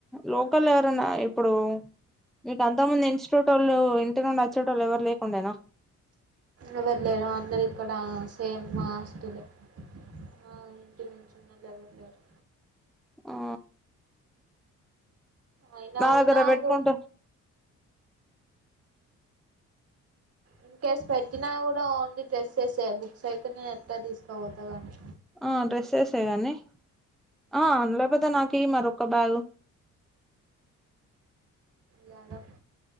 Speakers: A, in the centre; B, on the right.
A: లోకల్లో ఎవరన్నా ఇప్పుడు నీకు అంతకు ముందు ఇనిస్ట్యూటోళ్ళు ఇంటి నుండి వచ్చేటోళ్ళు ఎవరు లేకుండేనా
B: ఎవరు లేరు అందరు ఇక్కడ సేమ్ మా హాస్టలే ఆ ఇంటి నుంచి ఉన్నోళ్లు ఎవరు లేరు
A: ఆ
B: అయినా
A: నా దగ్గర
B: ఉన్నా
A: పెట్టుకుంటా
B: గు ఇన్కేస్ పెట్టినా కూడా ఓన్లీ డ్రెస్సెసే బుక్స్ అయితే నేను ఎట్లా తీసుకోపోతా కానీ
A: ఆ డ్రెస్సెసే గానీ ఆ అంతలోపైతే నాకి మరి ఒక బ్యాగు
B: యాడ